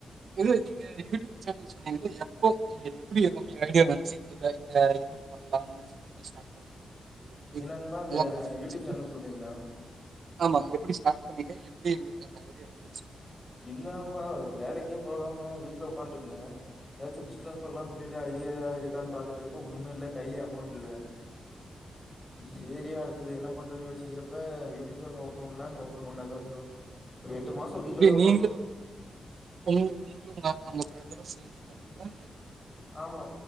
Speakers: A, on the right; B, on the left.
A: இல்ல நீங்க யூடியூப் சேனல் சொன்னீங்லே எப்போ <unintelligible> எப்புடி ஒங்களுக்கு ஐடியா வன்ச்சி இத இந்த இது பண்லான்னு எப்டி ஸ்டார்ட் பண்ணீங்க அது எப்டி
B: என்ன நண்பா அந்த
A: எல்லா நடந்துச்சு?
B: யூடியூப் சேனல் சொல்றீங்ளா?
A: ஆமா எப்டி ஸ்டார்ட் பண்ணீங்க எப்டி உங்ளுக்கு அந்த ஐடியா வந்துச்சு?
B: இல்ல நண்பா வேலைக்கே போகாம வீட்ல உக்கான்ட்ருந்தே எதாச்சு பிஸ் னஸ் பண்லா சொல்லிட்டு ஐடியா இ ருக்கான்னு பாத்துட்டு இருக்கப்ப ஒண்ணுமே இல்ல கையிலயே அமௌன்ட் இல்ல சேரி அடுத் டுத்தது என்ன பண்றது யோசிக்கிறப்ப யூடுப் சேனல் ஓபன் பண்ணலானு ஓபன் பண்ணாதா ப்ரோ ஒரு எட்டு மாச வீட்லதா
A: நீங்க உ நீங்களு அங்க ப்ரதரு சேந்து பண்ணிங்கலா
B: ஆமா